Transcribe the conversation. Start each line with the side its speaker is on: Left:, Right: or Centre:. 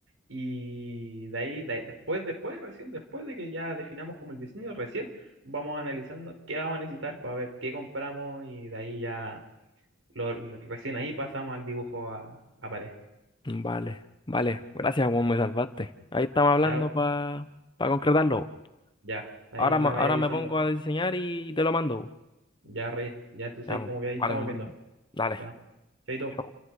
Right: Y de ahí, de ahí- después, después, recién después de que ya definamos como el diseño, recién vamos analizando qué vamos a necesitar para ver qué compramos y de ahí ya, lo, lo- recién ahí pasamos al dibujo a, a pared.
Left: Mm, vale, vale. Gracias, weón, me salvaste. Ahí estamos hablando
Right: Ya,
Left: para concretarlo.
Right: ya, ahí
Left: Ahora,
Right: me
Left: ma-
Right: vaya
Left: ahora
Right: avisando.
Left: me pongo a diseñar y te lo mando.
Right: Ya, Rey, ya entonces
Left: Ya,
Right: ahí
Left: pues.
Right: como que ahí
Left: Vale,
Right: estamos
Left: hermano.
Right: viendo.
Left: Dale.
Right: Ya, chaito.
Left: Chao.